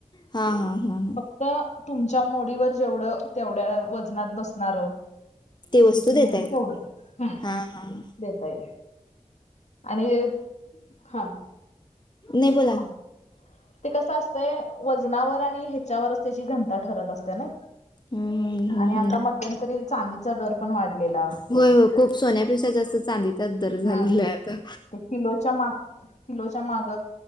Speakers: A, on the left; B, on the left.
A: हां हां हां हां
B: फक्त तुमच्या मोडीवर जेवढं तेवढ्या वजनात बसणार
A: ते वस्तू
B: किती
A: देताय
B: होईल
A: तुम्ही
B: तेवढं, हम्
A: हां हां
B: देता येईल आणि हा
A: नायी
B: तुम्ही
A: बोला
B: सांग ते कसं असतय वजनावर आणि ह्याच्यावर असतय त्याची घनता ठरत असते ना?
A: हम्म हम्म हम्म
B: आणि आता
A: हम्म
B: मध्यमंतरी चांदीचा दर पण वाढलेला
A: होय हो खूप सोन्या पेशा जास्त चांदीचाच दर झालेलाय
B: हम्म
A: आता
B: ते किलोच्या माग किलोच्या माग